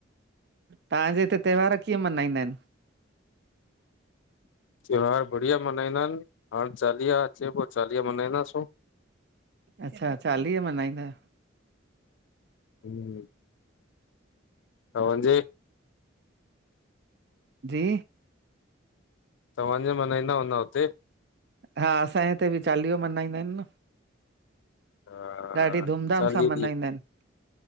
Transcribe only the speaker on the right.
तहांजे हिते त्योहार कीअं मल्हाईंदा आहिन
अछा चालीह मल्हाईंदा आहियो
जी
हा असांजे हिते बि चालीहो मन्हाईंदा हिनि न।
ॾाढी धूमधाम
सां मनाइंदा हिनि।